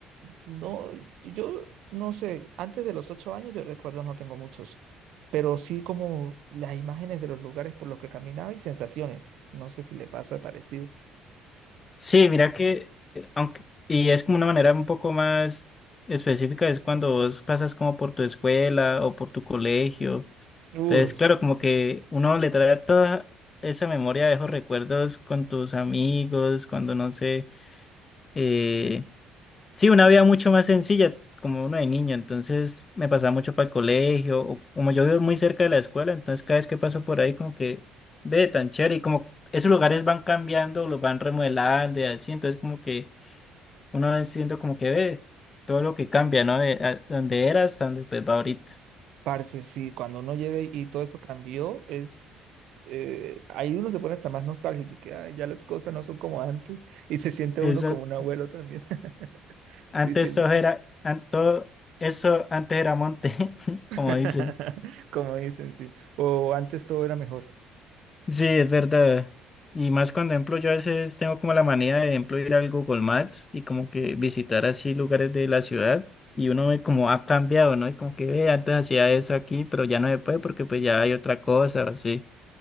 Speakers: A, on the right; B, on the left.
A: No, yo no sé, antes de los ocho años yo recuerdos no tengo muchos, pero sí como las imágenes de los lugares por los que caminaba y sensaciones. No sé si le pasa parecido.
B: Sí, mira que, eh, aunque, y es como una manera un poco más específica, es cuando vos pasas como por tu escuela o por tu colegio.
A: Uy.
B: Entonces, claro, como que uno le trae toda esa memoria, de esos recuerdos con tus amigos, cuando no sé Eh, sí, una vida mucho más sencilla, como uno de niño, entonces me pasaba mucho para el colegio, o como yo vivo muy cerca de la escuela, entonces cada vez que paso por ahí como que ve tan chévere y como esos lugares van cambiando, los van remodelando y así, entonces como que uno va siendo como que ve todo lo que cambia, ¿no? De a- donde era hasta donde pues va ahorita.
A: Parce, sí, cuando uno llega y, y todo eso cambió, es eh, ahí uno se pone hasta más nostálgico, y que "Ay, ya las cosas no son como antes, <laughs> y se siente
B: Eso,
A: uno como un abuelo también, <laughs>
B: antes
A: diciendo,
B: todo era, an- todo eso antes era monte, <laughs> como
A: <laughs>
B: dicen.
A: como dicen, sí, o antes todo era mejor.
B: Sí, es verdad. Y más cuando, ejemplo, yo a veces tengo como la manía de, ejemplo, ir al Google Maps y como que visitar así lugares de la ciudad y uno ve como ha cambiado, ¿no? Y como que "Ve, antes hacía eso aquí, pero ya no se puede porque pues ya hay otra cosa, o así.